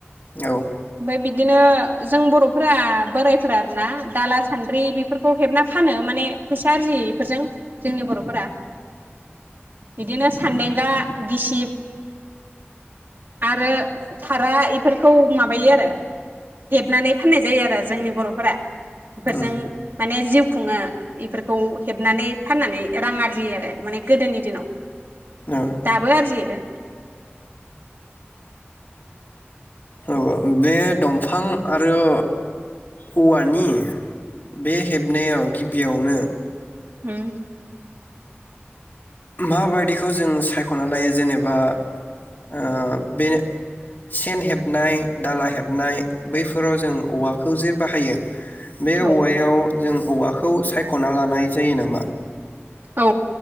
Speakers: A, on the left; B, on the right.
A: औ
B: ओमफाय बिदिनो जों बर'फोरा बोरायफोरा आरो ना दाला सान्द्रि बेफोरखौ हेबना फानो माने फैसा आरजियो इफोरजों जोंनि बर'फोरा बिदिनो सान्देंगा गिसिब आरो फारा इफोरखौ माबायो आरो हेबनानै फाननाय जायो आरो जोंनि बरफोरा बेफोरजों
A: उम
B: माने जिउ खुंङो बेफोरखौ हेबनानै फाननानै रां आरजियो आरो माने गोदोनि दिनाव
A: औ
B: दाबो आरजियो।
A: औ वा बे दं बिफां आरो औवानि बे हेबनायाव गिबियावनो
B: उम
A: माबायदिखौ जों सायखना लायो जेनेबा ओ बेनो सेन हेबनाय दाला हेबनाय बैफोराव जों औवाखौ जे बाहायो बे औवायाव
B: औ
A: जों औवाखौ सायखना लानाय जायो नामा?
B: औ